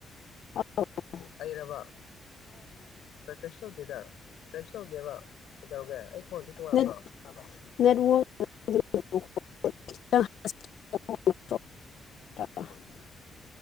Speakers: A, on the left; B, on the left.
A: ꯑ <unintelligible>
B: ꯑꯩꯔꯔꯕ ꯀꯩ ꯇꯧꯗꯦꯗ ꯀꯩꯁꯨ ꯇꯧꯗꯦꯕ ꯀꯩꯗꯧꯔꯒꯦ ꯑꯩ ꯈꯣꯟꯁꯦ ꯇꯣꯉꯥꯟꯕ꯭ꯔꯣ
A: ꯅ ꯅ <unintelligible> <unintelligible>